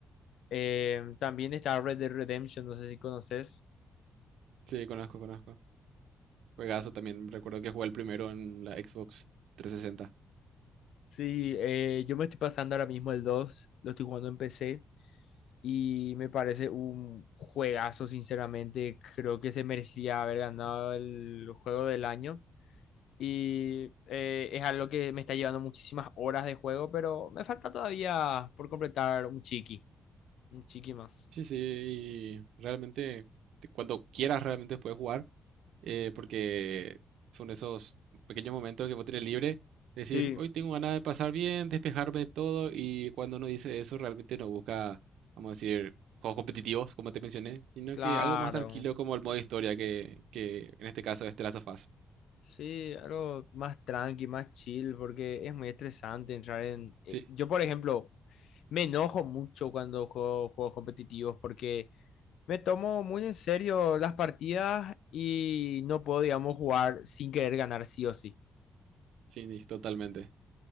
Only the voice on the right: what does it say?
Sí, conozco, conozco. Juegazo también. Recuerdo que jugué el primero en la Xbox trescientos sesenta
Sí, sí, y realmente te- cuando quieras realmente puedes jugar, eh, porque son esos pequeños momentos que vos tenés libre, decís,
hoy tengo ganas de pasar bien, despejarme de todo, y cuando uno dice eso realmente no busca, vamos a decir, juegos competitivos, como te mencioné, sino
que algo más tranquilo como el modo historia, que, que en este caso es The Last of Us.
Sí,
sí, sí, totalmente.